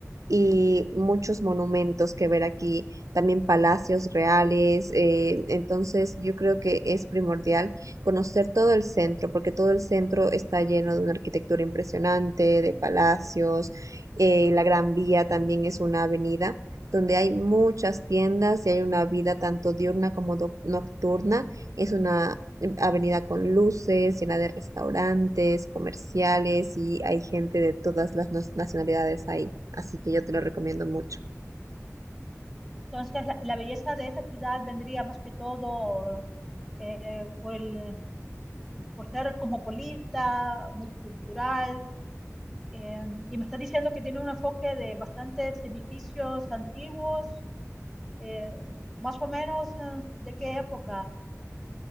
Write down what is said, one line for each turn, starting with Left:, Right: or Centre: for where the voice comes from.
Right: y muchos monumentos que ver aquí, también palacios reales. eh, entonces yo creo que es primordial conocer todo el centro, porque todo el centro está lleno de una arquitectura impresionante, de palacios, eh, la Gran Vía también es una avenida donde hay muchas tiendas y hay una vida tanto diurna como doc- nocturna. Es una em, avenida con luces, llena de restaurantes, comerciales y hay gente de todas las nas- nacionalidades ahí. Así que yo te lo recomiendo mucho.
Centre: Entonces, la, la belleza de esa ciudad vendría más que todo eh, por el- por ser cosmopolita, multicultural. eh, y me está diciendo que tiene un enfoque de bastantes edificios antiguos, eh, más o menos, eh, ¿de qué época?